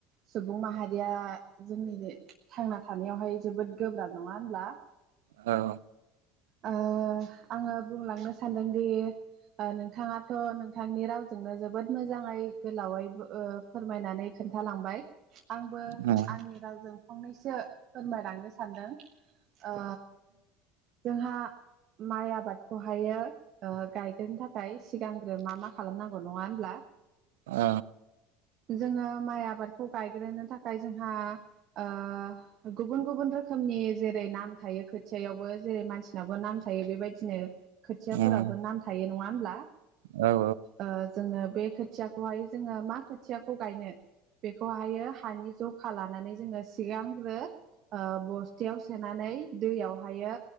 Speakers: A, on the right; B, on the right.
A: सुबुं माहारिया जोंनि थांना थानायावहाय जोबोद गोब्राब नङा नङा होमब्ला ।
B: औ
A: ओ आङो बुंलांनो सानदोंदि ओ नोंथाङाथ' नोंथांनि रावजोंनो जोबोद मोजाङै गोलावै बो ओ फोरमायनानै खोनन्थालांबाय । आंबो
B: उम औ
A: आंनि रावजों फंनैसो फोरमायलांनो सानदों । ओ जोंहा माइ आबादखौहायो गायग्रोनो थाखाय सिगांग्रो मा मा खालामनांगौ नङा होमब्ला ।
B: ओ
A: जोङो माइ आबादखौ गायग्रोनो थाखाय जोंहा ओ गुबुन गुबुन रोखोमनि जेरै नाम थायो खोथियावबो जेरै मानसिनाबो नाम थायो बेबायदिनो खोथियाफोरावबो
B: उम
A: नाम थायो नङा होमब्ला ।
B: उम औ ओ
A: ओ जोङो बे खोथियाखौहाय जोङो मा खोथियाखौ गायनो बेखौहायो हानि जखा लानानै जोङो सिगांग्रो ओ बस्थायाव सोनानै दैयावहायो